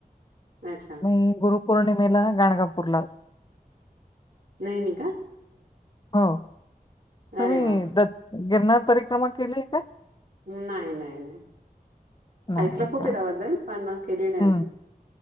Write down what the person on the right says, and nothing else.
अच्छा
नेहमी का.
अरे वा
नाही नाही नाही
ऐकलं खूप
आहे त्याबद्दल पण केले नाही
अजून